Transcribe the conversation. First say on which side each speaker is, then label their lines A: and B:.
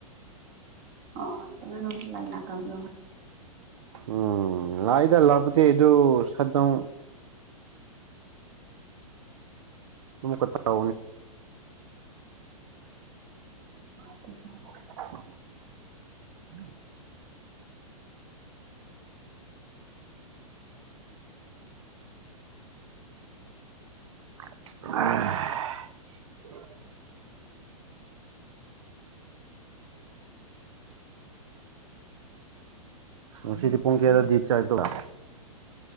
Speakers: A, on the right (about 35°); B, on the right (about 55°).
A: ꯑꯣ ꯇ ꯊꯣꯟ ꯂꯥꯏꯂ ꯀꯕꯨ꯭ꯔꯣ
B: ꯎꯝ ꯂꯑꯗ ꯂꯥꯛꯄꯗꯤ ꯑꯗꯨ ꯁꯠꯇꯣꯡ ꯑꯃꯃꯛ ꯀ
A: <unintelligible>
B: ꯎꯝ ꯎꯝ ꯑ ꯉꯁꯤꯗꯤ ꯄꯨꯡ ꯀꯌꯥꯗ ꯗꯤꯞ ꯆꯥꯏꯛꯇꯣꯏꯔ